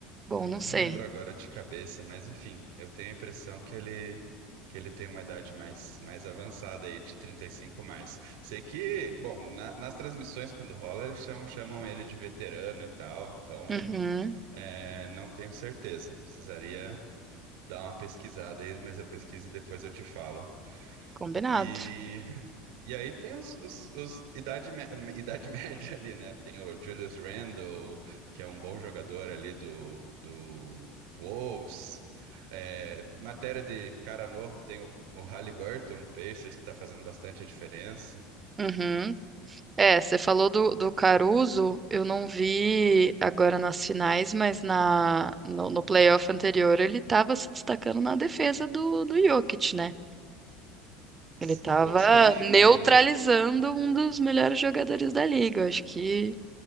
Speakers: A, on the right; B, on the right.
A: Bom,
B: É,
A: não
B: eu não
A: sei.
B: lembro agora de cabeça, mas enfim, eu tenho a impressão que ele que ele tem uma idade mais mais avançada aí, de 35 mais. Sei que, bom, na- nas transmissões quando rola, eles chamam, chamam ele de veterano e tal, então
A: Uhum,
B: é, não tenho certeza. Precisaria dar uma pesquisada aí, mas eu pesquiso e depois eu te falo.
A: combinado.
B: E, e aí tem os, os, os idade, mé- idade <laughs> média ali, né? Tem o Julius Randle, que é um bom jogador ali do, do Wolves. É, matéria de cara novo, tem o, o Halliburton no Pacers, que tá fazendo bastante a diferença.
A: Uhum, É, você falou do, do Caruso, eu não vi agora nas finais, mas na, no, no playoff anterior ele estava se destacando na defesa do, do Jokic, né?
B: S-
A: Ele estava
B: o- Sim,
A: neutralizando
B: ele,
A: um dos melhores jogadores da liga. Eu acho que